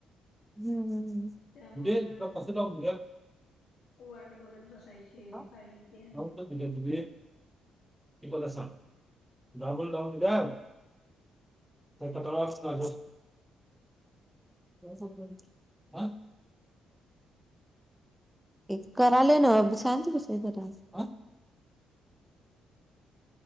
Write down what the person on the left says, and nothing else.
त्यामुळं
वाट बघत बसायची.
पाळी येत्या.